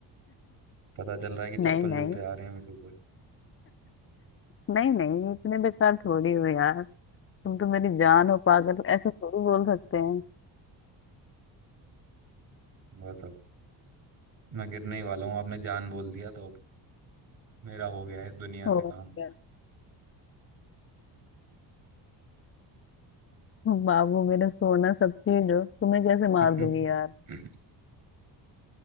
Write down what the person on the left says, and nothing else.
नहीं नहीं
नहीं नहीं इतने बेकार थोड़ी हो यार तुम तो मेरी जान
हो पागल ऐसा थोड़ी बोल सकते हैं
और
क्या बाबू मेरा सोना सब चीज हो तुम्हें कैसे मार
दूंगी यार